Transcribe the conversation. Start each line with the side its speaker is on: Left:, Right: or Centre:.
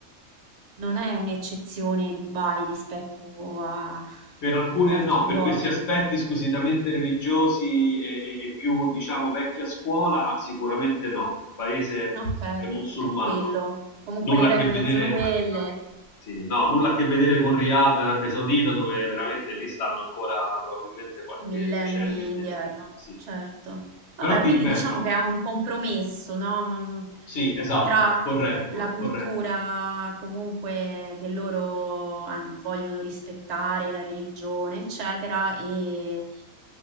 Right: non è un'eccezione Dubai rispetto a-
Left: Per alcune
Right: ad altri
Left: no, per
Right: luoghi.
Left: questi aspetti squisitamente religiosi e, e- e più, diciamo, vecchia scuola, sicuramente no. Il paese
Right: Ok,
Left: è musulmano,
Right: è quello. Comunque
Left: nulla
Right: le regole
Left: a che vedere,
Right: sono quelle,
Left: sì, no, nulla a che vedere con Riyadh, Arabia Saudita, dove veramente lì stanno ancora probabilmente qualche
Right: Millenni
Left: decennio indietro.
Right: indietro,
Left: Sì.
Right: certo. Vabbè,
Left: Però ti
Right: quindi
Left: ripeto,
Right: diciamo che è un compromesso, no?
Left: sì, esatto,
Right: Tra
Left: corretto,
Right: la cultura
Left: corretto,
Right: comunque che loro hanno- vogliono rispettare, la religione, eccetera, e